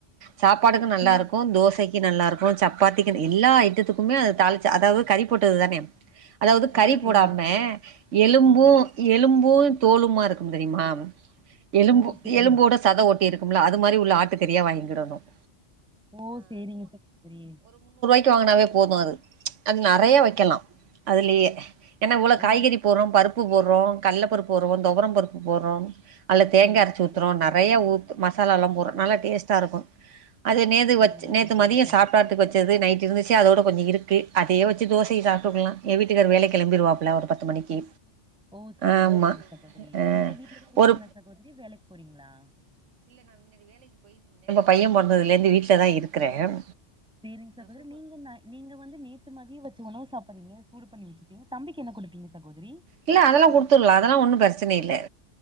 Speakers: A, on the right; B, in the centre.
A: சாப்பாடுக்கு நல்லா
B: சேரி
A: இருக்கும் தோச நல்லா இருக்கும் சப்பாத்திக் எல்லா ஐட்டத்துக்குமே தாளிச்ச அதாது கறி போட்டது தானே அதாவது
B: ஓ
A: கறி
B: சேரிங்க
A: போடாம
B: சார்
A: எலும்பும்
B: ஆ
A: எலும் பூவும் தோலமா இருக்கு தெரியுமா எலும்பு
B: ஓ சேரிங்
A: எலும்போட சத ஓட்டி இருக்கு இருக்கும்ல அது மாரி உள்ள ஆட்டு கறியா வாங்கிடணும்
B: ஓ சேரிங்க சகோதரி
A: வாங்கினாவே போதும் அது அது நெறய வக்கலாம் அதுலயே என்ன இவ்ளோ காய்கறி
B: ஓ
A: போட்றோம் பருப் பருப்பு போடுறோம் கள்ள பருப்பு போடுறோம் தொவரம் பருப்பு போடுறோம் அதுல்ல தேங்கா
B: சேரிங்
A: அரச்சிஊத்றோம்
B: சேரிங்க
A: நெறய
B: சகோதரி
A: ஊத்த மசாலாம் போடுறோம் நல்லா டேஸ்ட்டா இருக்கும் அது நேத்து
B: சேரிங்க
A: வச்ச நே
B: சேகரிங்க
A: மதியம்
B: சகோதரி
A: சாப்பாட்டுக்கு வச்சது நைட் இருந்துச்சு அதோட கொஞ்சோ இருக்கு அதயே வச்சு தோசய சாட்டுக்கலாம் என் வீட்டுக்காரு வேலக்கி கிளம்பிடுவாப்புல ஒரு பத்து மணிக்கு
B: ஓ செரிங்க
A: ஆமா
B: செரிங்க சகோதரி
A: ஆ
B: நீங்க வீட்லதான் இருப்பீங்களா
A: ஒரு
B: சகோதரி வேலைக்கு போறீங்களா
A: பையன் பொறந்தது ல இருந்து வீட்லதான் இருக்குறேன்
B: சேரிங்க சகோதரி நீங்க நீங்க வந்து நேத்து மதியம் வச்ச உணவ சாப்பிடுறீங்க சூடு பண்ணி வச்சிப்பிங்க தம்பி என்ன குடுப்பீங்க சகோதரி
A: இல்ல அதெலாம் குடுத்துடலாம் அதெல்லாம் ஒண்ணும் பிரச்சன பிரச்சன இல்ல